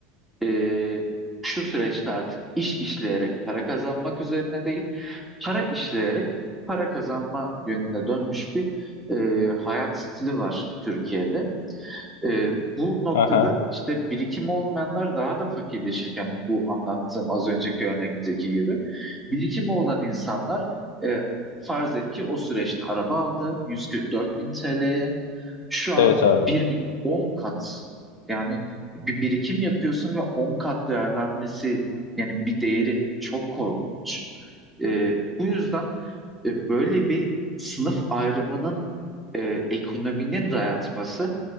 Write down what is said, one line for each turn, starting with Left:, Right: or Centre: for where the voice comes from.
Centre: e, şu süreçte artık iş işleyerek para kazanmak üzerine değil para işleyerek para kazanma yönüne dönmüş bir e, hayat stili var Türkiye'de. E, bu noktada
Left: hı hı.
Centre: işte birikim olmayanlar daha da fakirleşirken bu anlattığım az önceki örnekteki gibi birikimi olan insanlar e, farz et ki o süreçte araba aldı 144 bin TL'ye şu an
Left: Evet abi.
Centre: bir 10 kat yani bir birikim yapıyorsun ve 10 kat değerlenmesi yani bir değerin çok korkunç. Ee, bu yüzden e, böyle bir sınıf ayrımının e, ekonominin dayatması